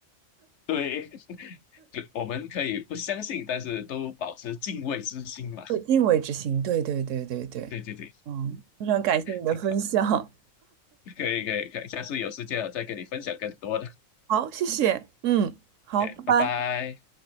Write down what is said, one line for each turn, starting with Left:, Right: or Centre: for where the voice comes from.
Left: 对，就我们可以不相信，但是都保持敬畏之心嘛。
Right: 有敬畏之心。对对对对对，
Left: <laughs> 对对对，
Right: 嗯，非常感谢你的分享，
Left: 挺好，可以可以可以，下次有时间我再跟你分享更多的。
Right: 好，谢谢，嗯，好，
Left: 对，
Right: 拜拜。
Left: 拜拜。